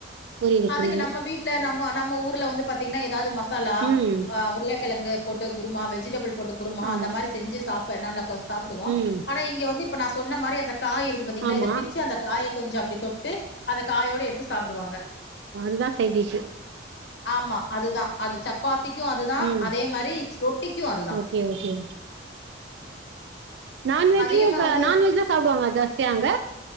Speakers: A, on the right; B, on the left.
A: புரியுது
B: அதுக்கு
A: புரியுது
B: நம்ம வீட் வீட்ல நம்ம நம்ம ஊர்ல வந்து பாத்தீங்கன்னா ஏதாவது மசாலா
A: ம்
B: ஆ உருளக்கிழங்கு போட்டு குருமா வெஜிடபிள் போட்டு குருமா
A: ஆமா
B: அந்த மாரி செஞ்சு சாப்பன் நல்லா கொஞ்சொ சாப்பிடுவோம்
A: ம்
B: ஆனா இங்க வந்து இப்ப நா சொன்ன மாரி அந்த காய் இருக்கு பாத்தீங்களா
A: ஆமா
B: இத பிச்சு அந்த காய கொஞ்சோ அப்டி தொட்டு அத காயோட எடுத்து சாப்டுவாங்க
A: இதா சைடிஷ்ஷு
B: ஆமா அதுதா அது சப்பாத்திக்கு அதுதா
A: ம்
B: அதே மாரி ரொட்டிக்கு அதுதா
A: ஓகே ஓகே நான்வெஜ்ஜு
B: அதிகமா
A: த
B: வந்து
A: நான்வெஜ்லா சாப்டுவாங்க ஜாஸ்தியா அங்க